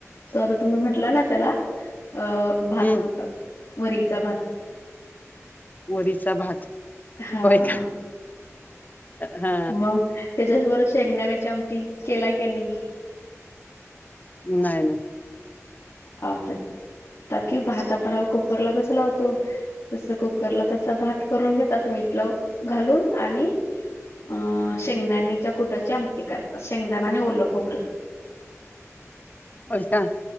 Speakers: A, on the left; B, on the left.
A: तो आता तुम्ही म्हटला ना त्याला अ.... भात
B: हम्म
A: म्हणतात वरीचा भात....
B: वरीचा भात
A: हा
B: होय का? हा
A: मग त्याच्याबरोबर शेंगदाण्याची आमटी.... केला की नाही
B: नाही नाही
A: आ... ता कि भात आपण कुकरला कसं लावतो तस कुकरला त्याचा भात... करून घेतात मीठ लावून घालून आणि... अ शेंगदाण्याच्या कुटाची आमटी करतात शेंगदाने आणि ओलं खोबरं... <inaudible>
B: फलटण....